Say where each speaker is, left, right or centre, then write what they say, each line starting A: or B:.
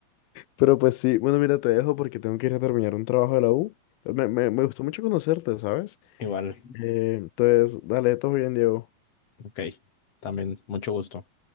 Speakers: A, on the left (about 85°); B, on the left (about 45°).
A: Pero pues sí, bueno, mira, te dejo porque tengo que ir a terminar un trabajo de la U. Me, me, me gustó mucho conocerte, ¿sabes?
B: <laughs> Igual.
A: Eh, entonces, dale, todo bien, Diego.
B: Ok, también, mucho gusto.